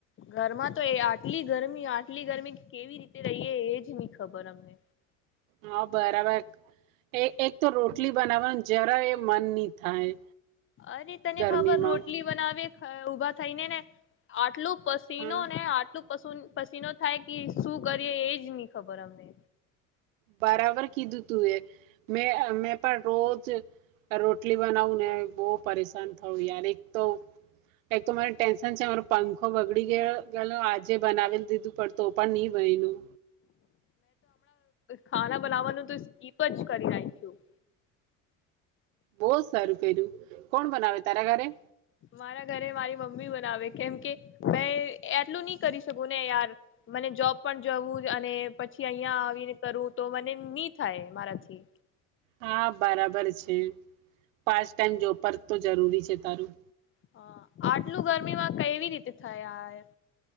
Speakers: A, on the left; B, on the right.
A: ઘરમાં તો એ આટલી ગરમી આટલી ગરમી કેવી રીતે રહીએ એજ નહી ખબર અમને.
B: હા બરાબર એ એક તો રોટલી બનાવવાનું જરા એ મન નહ થાય.
A: અરે તને
B: ગરમીમાં
A: ખબર રોટલી બનાવે ખ ઉભા થઈ ને ને આટલું પસીનો
B: હા
A: ને આટલું પશુન પસીનો થાય કે શું કરીએ એજ ની ખબર અમને.
B: બારાબર કીધું તું એ મેઅ મેં પણ રોજ રોટલી બનાવું ને બહુ પરેશાન થવું યાર એક તો એક તો મને ટેન્શન છે મારો પંખો બગડી ગયો ગેલો આજે બનાવી દીધું પડતું પણ નહી ગયેલું
A: ખાવા બનાવાનું તો સ્પીકજ કરી નાખ્યું.
B: બઉ સારું કર્યું કોણ બનાવે તારા ઘરે
A: મારા ઘરે મારી મમ્મી બનાવે કેમ કે મે એટલું ની કરી શકું ને યાર મને જોબ પણ જવું અને પછી અહીંયા આવીને કરું તો મને ની થાય મારાથી.
B: હા બારાબર છે પાચ ટાઈમ જોબ પર તો જરૂરી છે તારું.
A: હા આટલું ગરમીમાં કેવી રીતે થાય યાર.